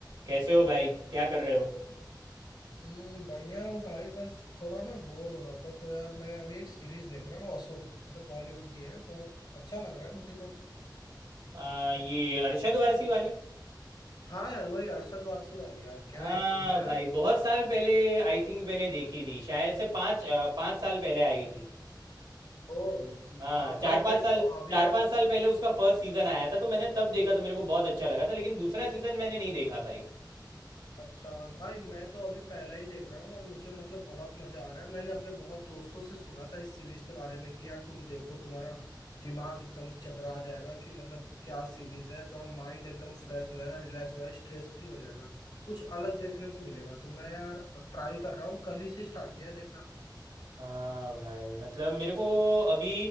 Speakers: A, on the right (about 80°); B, on the left (about 80°).
A: कैसे हो भाई क्या कर रहे हो
B: हम्म बढ़िया हूँ भाई बस थोड़ा ना बोर हो रहा था तो यार मैं अभी एक सीरीज देख रहा हूँ असुर मतलब बॉलीवुड की है बहुत अच्छा लग रहा है मुझे तो
A: आ, ये अरशद वारसी वाली
B: हाँ यार वही अरशद वारसी वाली यार क्या
A: हाँ
B: एक्टिंग है यार
A: भाई बहुत साल पहले आई थिंक मैंने देखी थी शायद से पाँच अ, पाँच साल पहले आई थी
B: ओ
A: हाँ
B: हाँ
A: चार
B: भाई
A: पाँच
B: मैं
A: साल
B: तो अभी
A: चार पाँच साल पहले उसका फर्स्ट सीजन आया था तो मैंने तब देखा तो मेरे को बहुत अच्छा लगा था लेकिन दूसरा सीजन मैंने नहीं देखा भाई
B: अच्छा भाई मैं तो अभी पहला ही देख रहा हूँ और मुझे मतलब बहुत मजा आ रहा है मैंने अपने बहुत दोस्तों से सुना था इस सीरीज के बारे में कि यार तुम देखो तुम्हारा दिमाग एकदम चकरा जाएगा कि मतलब क्या सीरीज है तो हम माइंड एकदम फ्रेश हो जाएगा रिलैक्स हो जाएगा स्ट्रेस फ्री हो जाएगा कुछ अलग देखने को मिलेगा तो मैं यार ट्राई कर रहा हूँ कल ही से स्टार्ट किया है देखना
A: हाँ भाई मतलब मेरे को अभी